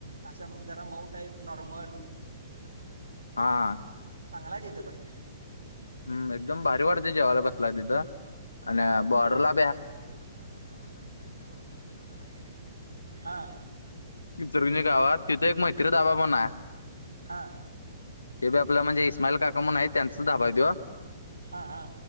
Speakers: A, on the right; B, on the left.
A: असं जरा मऊ टाईप नॉर्मल
B: हा
A: चांगलाय तिथं पण
B: हम्म एकदम भारी वाढते जेवायला बसलाय तिथं आणि
A: हा
B: बॉर्डरला <unintelligible>
A: हा
B: <unintelligible>
A: हा
B: ते बी आपलं म्हणजे इस्माइल काका म्हणून आहे. त्यांचा धाबा आहे तो
A: हा हा